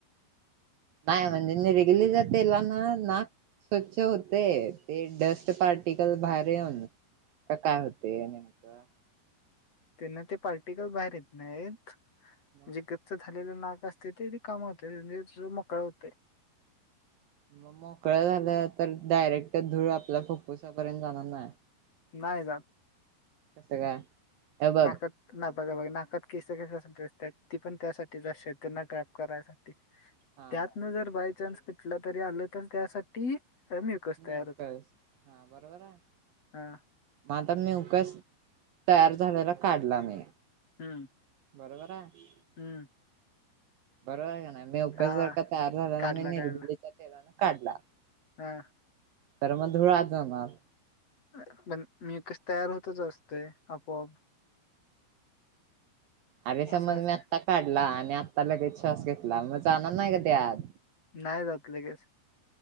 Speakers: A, on the right; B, on the left.
A: नाही म्हणजे निरेगलीचा तेलान नाक स्वच्छ होते ते डस्ट पार्टिकल बाहेर येऊन का काय होत ते नेमकं.
B: त्यांना ते पार्टिकल बाहेर येत नाहीत
A: मग
B: जे गच्च झा झालेलं नाक असते ते रिकाम होत <unintelligible> मोकळा होत
A: मग मोकळं झालं तर डायरेक्ट धूळ आपल्या फुप्फुसापर्यंत जाणार नाही.
B: नाही जात
A: कसं काय हे बघ
B: नाकात ना बघा नाकात केस असत्यात ती पण त्यासाठीच त्यांना ट्रॅप करायचा. ते
A: हा
B: त्यातन जर बायचान्स कुठला तरी आलं तर त्यासाठी म्युकस
A: न
B: तयार होतं
A: हा बरोबर आहे.
B: हा
A: मग आता मेवकस तयार झालेला काढला. मी
B: हम्म.
A: बरोबर आहे.
B: हम्म.
A: बरोबर आहे. का नाही मेउकर
B: हा
A: जर का तयार झाल्या
B: काढला
A: ना मी निलबिलीच्या
B: काढला
A: तेलान काढला.
B: हा.
A: तर मग धुळ आज जाणार.
B: पण मी कस तयार होतच असते. आपोआप.
A: अरे
B: असं
A: समज
B: असतं
A: मी आत्ता काढला. आणि आत्ता लगेच श्वास घेतला मग जाणार नाही. का ते आत.
B: नाही जात लगेस.